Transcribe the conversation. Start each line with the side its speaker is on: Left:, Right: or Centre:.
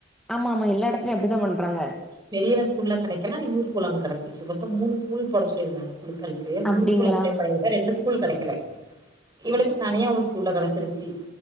Centre: ஆமாமா எல்லா எடத்துலயு அப்டிதா பண்றாங்க
Right: பெரியன் ஸ்கூல்ல கெடைக்கல இன்னூரு ஸ்கூல்ல அவனுக்கு கிடைச்சிருச்சி மொத்தோ மூணு ஸ்கூல் போட சொல்லிருந்தாங்க குலுக்கல் இது மூனு
Centre: அப்டிங்களா
Right: ஸ்கூல் அப்லெ பண்ணிருந்தே ரெண்டு ஸ்கூல் கெடைக்கல இவனுக்கு தனியா ஒரு ஸ்கூல்ல கெடச்சிருச்சு